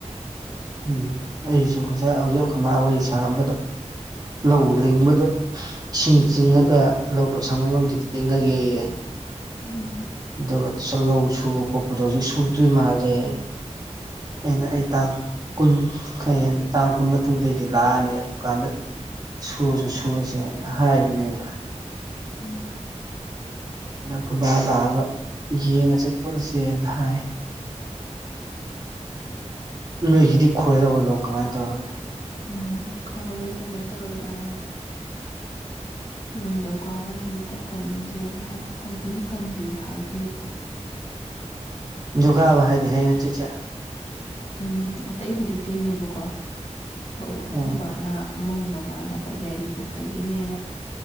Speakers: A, on the right; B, on the left.
A: ꯎꯝ ꯑꯩꯁꯨ ꯉꯁꯥꯏ ꯍꯧꯖꯤꯛ ꯈꯅꯥꯎ ꯁꯥꯔꯝꯕꯗꯣ ꯂꯧ ꯂꯤꯡꯕꯗꯣ ꯏꯁꯤꯡ ꯆꯤꯡꯉꯒ ꯂꯧꯗꯣ ꯁꯪꯉꯝ ꯑꯃꯗꯤ ꯆꯤꯡꯉꯒ ꯌꯩꯌꯦ
B: ꯎꯝ
A: ꯑꯗꯨꯒ ꯁꯨꯝ ꯂꯧ ꯁꯨꯕ ꯈꯣꯠꯄꯗꯣ ꯍꯧꯖꯤꯛ ꯁꯨꯗ꯭ꯔꯤ ꯃꯥꯜꯂꯦ ꯑꯩꯅ ꯑꯩ ꯇꯥꯛ ꯀꯨꯟ ꯈꯌꯦꯟ ꯇꯥꯡ ꯀꯨꯟ ꯃꯇꯨꯡꯗꯩꯗꯤ ꯂꯥꯛꯑꯅꯤ ꯑꯗꯨꯀꯥꯟꯗ ꯁꯨꯁꯨ ꯁꯨꯁꯦꯅ ꯍꯥꯏꯕꯅꯦꯕ
B: ꯎꯝ
A: ꯅꯈꯣꯏꯕꯥ ꯂꯥꯛꯑꯒ ꯌꯦꯡꯉꯁꯦ ꯄꯨꯟꯁꯦꯅ ꯍꯥꯏ
B: <inaudible>
A: ꯅꯣꯏꯒꯤꯗꯤ ꯈꯣꯏꯔꯕꯣ ꯂꯧ ꯀꯃꯥꯏꯅ ꯇꯧꯔꯒꯦ
B: ꯎꯝ ꯈꯣꯏꯔꯦ ꯀꯩꯅꯣ ꯇꯧꯔꯦ ꯑ ꯅꯤꯡꯊꯧꯀꯥꯕ ꯅꯨꯃꯤꯠꯇ ꯍꯨꯟꯖꯦꯅ ꯍꯥꯏ ꯐꯧꯗꯤ ꯐꯪꯗꯦ ꯍꯥꯏꯕ꯭ꯔꯤꯠꯇꯣ
A: ꯗꯨꯀꯕ ꯍꯥꯏꯗꯤ ꯍꯌꯦꯡ ꯍꯥꯪꯆꯤꯠꯁꯦ
B: ꯎꯝ ꯑꯇꯩꯕꯨꯗꯤ ꯇꯤꯡꯉꯦꯕꯀꯣ ꯐꯧ
A: ꯎꯝ
B: ꯑꯈꯣꯏ ꯕꯥꯅ ꯃꯣꯏ ꯃꯃꯥꯟꯅꯕ ꯌꯥꯏꯔꯤꯄꯣꯛꯇꯒꯤꯅꯦꯅ